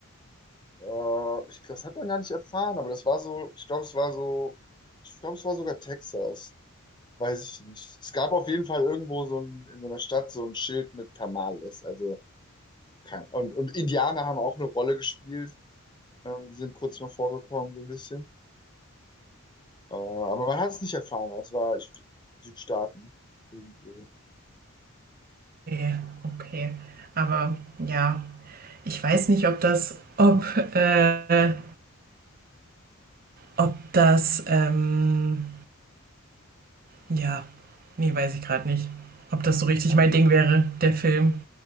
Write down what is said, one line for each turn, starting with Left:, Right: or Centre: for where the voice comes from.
Left: äh, ich, das hat man gar nicht erfahren, aber das war so, ich glaube, es war so, ich glaube, es war sogar Texas. Weiß ich nicht. Es gab auf jeden Fall irgendwo so ein, in so einer Stadt so ein Schild mit Tamales. Also kein, und, und Indianer haben auch eine Rolle gespielt. Ähm, die sind kurz mal vorgekommen, so ein bisschen. Äh, aber man hat es nicht erfahren. Es war ich, Südstaaten irgendwo.
Right: Okay, okay. Aber ja, ich weiß nicht, ob das, ob, äh, ob das, ähm, ja, nee, weiß ich gerade nicht, ob das so richtig mein Ding wäre, der Film.